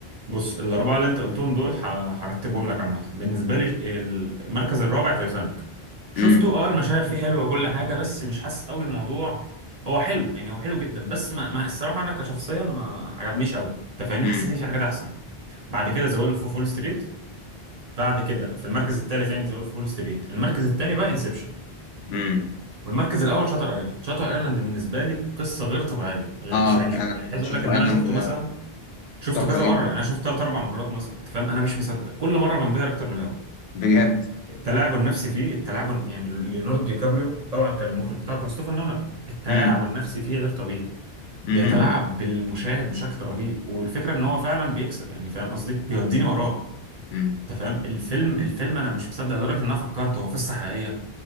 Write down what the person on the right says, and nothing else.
بص الأربعة اللي أنت قلتهم دول ح- هرتبهم لك عامة بالنسبة لي المركز الرابع تايتانيك شفته
اه المشاهد فيه حلوة وكل حاجة بس مش حاسس قوي الموضوع هو حلو يعني هو حلو جدا بس ما, ما الصراحة أنا كشخصيا ما عجبنيش قوي أنت فاهمني
حسيت إن في حاجات أحسن بعد كده ذا وولف أوف وول ستريت بعد كده في المركز الثالث يعني ذا وولف أوف وول ستريت المركز الثاني بقى انسبشن
والمركز الأول شاتر أيلاند شاتر أيلاند بالنسبة لي قصة غير طبيعية غير-
يعني
مش عايز
أقول لك إن
أنا شفته مثلا
شفته
كذا
مره يعني انا شفته ثلاث اربع مرات مثلا انت فاهم انا مش مصدق كل مره بنبهر اكتر من الاول
التلاعب النفسي فيه التلاعب الن- يعني ليوناردو دي كابريو طبعا كان المخرج بتاعه كريستوفر نولان التلاعب
النفسي فيه غير طبيعي
بيتلاعب بالمشاهد بشكل رهيب والفكره ان هو فعلا بيكسب يعني فاهم قصدي بيوديني وراه
انت فاهم الفيلم الفيلم انا مش مصدق لدرجه ان انا فكرت هو قصه حقيقيه